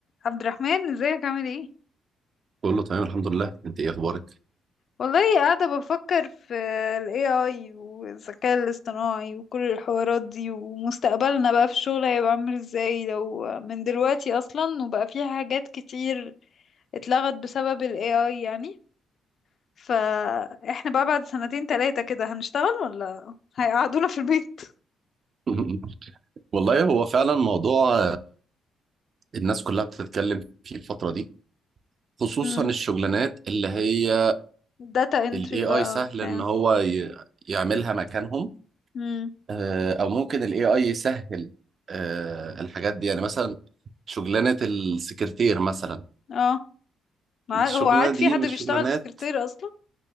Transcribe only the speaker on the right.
كله تمام الحمد لله انت ايه اخبارك
<laughs> والله هو فعلا موضوع الناس كلها بتتكلم فيه الفترة دي خصوصا
الشغلانات اللي هي
الاي
اي سهل
ان هو ي- يعملها مكانهم
آه، او ممكن الاي اي يسهل آه، الحاجات دي يعني مثلا شغلانة السكرتير مثلا
الشغلانة
دي
مش
شغلانات